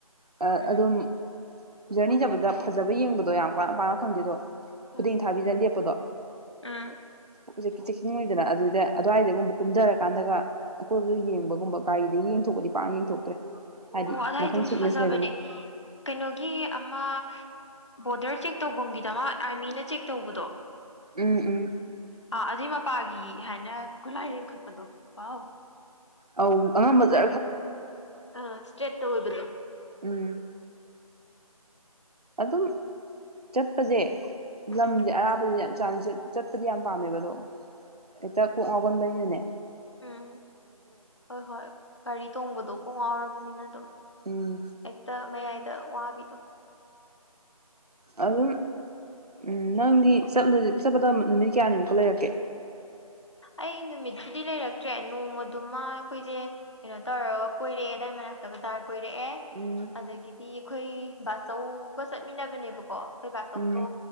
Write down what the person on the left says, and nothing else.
ꯎꯝ
ꯎꯝ
ꯎꯝ
ꯑꯣ ꯑꯗꯨꯋꯥꯏꯗꯨꯕꯨꯁꯨ
ꯐꯖꯕꯅꯦ
ꯀꯩꯅꯣꯒꯤ ꯑꯃ ꯕꯣꯔꯗꯔ ꯆꯦꯛ ꯇꯧꯐꯝꯒꯤꯗꯃꯛ ꯑꯥꯔꯃꯤꯅ ꯆꯦꯛ ꯇꯧꯕꯗꯣ
ꯑ ꯑꯗꯨꯏ ꯃꯄꯥꯒꯤ ꯀ ꯍꯥꯏꯅ ꯈꯨꯒꯂꯥꯏ ꯂꯤꯡꯈꯠꯄꯗꯣ ꯄꯥꯎ
ꯑꯥ ꯏꯁꯇ꯭ꯔꯦꯠ ꯇ ꯑꯣꯏꯕꯗꯣ
ꯎꯝ
ꯎꯝ ꯍꯣꯏ ꯍꯣꯏ ꯒꯥꯔꯤ ꯊꯣꯡꯕꯗꯣ ꯀꯣꯡꯉꯥꯎ ꯕꯅꯤꯅ ꯑꯗꯨꯝ
ꯑꯩꯛꯇ ꯃ ꯗ ꯋꯥꯍꯕꯤ
ꯑꯩ ꯅꯨꯃꯤꯠꯁꯤꯗꯤ ꯂꯩꯔꯛꯇ꯭ꯔꯦ ꯅꯣꯡꯃꯗꯨꯃ ꯑꯩꯈꯣꯏꯁꯦ ꯀꯩꯅꯣ ꯇꯧꯔꯒ ꯀꯣꯏꯔꯛꯑꯦ ꯑꯗꯥꯏ ꯃꯅꯥꯛꯇ ꯕꯖꯥꯔ ꯀꯣꯏꯔꯛꯑꯦ
ꯑꯗꯒꯤꯗꯤ ꯑꯩꯈꯣꯏ ꯕꯥꯆꯧꯒ ꯆꯠꯃꯤꯟꯅꯕꯅꯦꯕꯀꯣ ꯑꯩꯈꯣꯏ ꯕꯥꯆꯧꯗꯣ